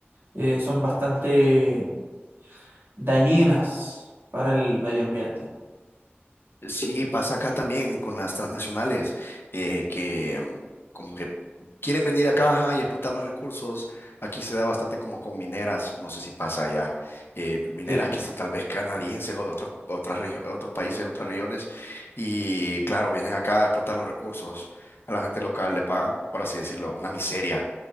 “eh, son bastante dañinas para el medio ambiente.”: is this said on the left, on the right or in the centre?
Right